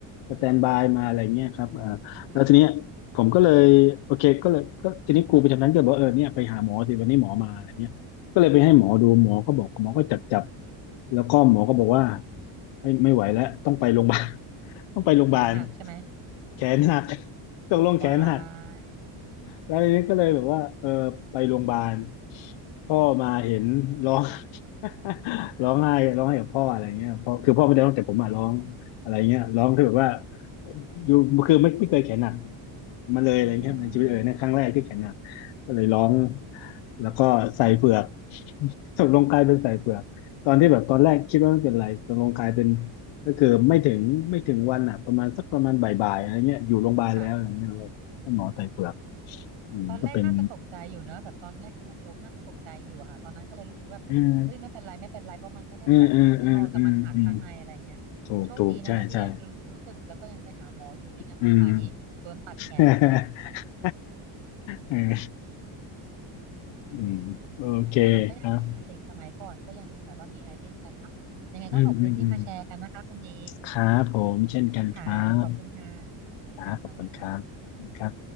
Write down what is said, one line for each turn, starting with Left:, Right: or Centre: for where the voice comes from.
Left: สแตนบายมาอะไรเงี้ยครับอ่าแล้วทีเนี้ยผมก็เลยโอเคก็เลยก็ทีนี้ครูประจำชั้นก็บอกเออเนี่ยไปหาหมอสิวันนี้หมอมาอะไรเงี้ย
Right: ค่ะ
Left: ก็เลยไปให้หมอดู หมอก็บอก หมอก็จับจับ แล้วก็หมอก็บอกว่าไม่ไม่ไหวแล้วต้องไปโรงพยาบาล <laughs> ต้องไปโรงพยาบาล
Right: แขนหักใช่ไหม
Left: แขนหักตกลงแขนหัก
Right: why
Left: แล้วทีนี้ก็เลยแบบว่าเออไปโรงพยาบาลพ่อมาเห็นร้อง <laughs> ร้องไห้ร้องไห้กับพ่ออะไรเงี้ยพ่อคือพ่อไม่ได้ร้องแต่ผมอะร้องอะไรเงี้ยร้องที่แบบว่าอยู่คือไม่ไม่เคยแขนหนัก
Right: <laughs>
Left: มาเลยอะไรเงี้ยในชีวิตเออในนครั้งแรกที่แขนหนัก
Right: อืม
Left: ก็เลยร้อง
Right: อ๋อ
Left: แล้วก็ใส่เฝือก <laughs> ตกลงกลายเป็นใส่เฝือกตอนที่แบบตอนแรกคิดว่าไม่เป็นไรตกลงกลายเป็นก็คือไม่ถึงไม่ถึงวันอ่ะประมาณสักประมาณบ่ายๆอะไรเงี้ยอยู่โรงพยาบาลแล้วอะไรเงี้ยเลยให้หมอใส่เฝือก
Right: ค่ะ
Left: อืมก็เป็น
Right: ตอนแรกน่าจะตกใจอยู่เนอะแบบตอนแรกที่มันล้มน่าจะตกใจอยู่อะค่ะตอนนั้นก็เลยรู้สึกว่าแบบเอ้ยไม่เป็นไรไม่เป็นไรเพราะมันไม่ได้ออกมาข้างนอกแต่มันหักข้างในอะไรเงี้ยโชคดีนะคะที่ยังรู้สึกแล้วก็ยังไปหาหมออยู่ไม่งั้นหน้าป่านนี้โดนตัดแขนไปแล้ว
Left: อืมอืมอืมอืมอืมอืมถูกถูกใช่ใช่อืม <laughs> อืมอืมโอเคครับ
Right: เนี่ยค่ะก็ยังดีเด็กสมัยก่อนก็ยังแบบว่ามีอะไรเล่นกันเนาะยังไงก็ขอบคุณที่มาแชร์กันนะคะคุณดี
Left: อืมอืมอืมครับผมเช่นกันครับ
Right: ค่ะขอบคุณค่ะ
Left: ครับขอบคุณครับ
Right: ค่ะสวัสดีค่ะ
Left: ครับ